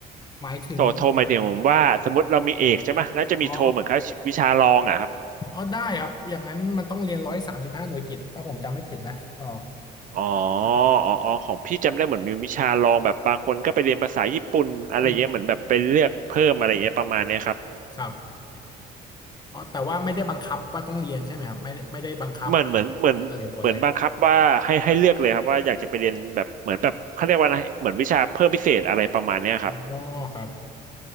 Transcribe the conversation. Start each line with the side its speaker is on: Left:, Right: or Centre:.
Left: หมายถึง
Right: ต่อโทหมายถึงว่าสมมติเรามีเอกใช่ไหมแล้วจะมีโทเหมือนกับวิชารองอ่ะ
Left: อ๋ออ๋อได้ครับอย่างนั้นมันต้องเรียนร้อยสามสิบห้าหน่วยกิตถ้าผมจำไม่ผิดนะอ๋อ
Right: อ๋ออ๋ออ๋อของพี่จำได้เหมือนมีวิชาลองแบบบางคนก็ไปเรียนภาษาญี่ปุ่นอะไรเงี้ยเหมือนแบบไปเลือกเพิ่มอะไรเงี้ยประมาณเนี้ยครับ
Left: อืมครับ อ๋อแต่ว่าไม่ได้บังคับว่าต้องเรียนใช่ไหมครับไม่ไม่ได้บังคับแบบ
Right: เหมือนเหมือนเหมือนเหมือนบังคับว่าให้ให้เลือกเลยครับว่าอยากจะไปเรียนแบบเหมือนแบบเขาเรียกว่าอะไรเหมือนวิชาเพิ่มพิเศษอะไรประมาณเนี้ยครับ
Left: เรียนตัวเลขอ๋อครับ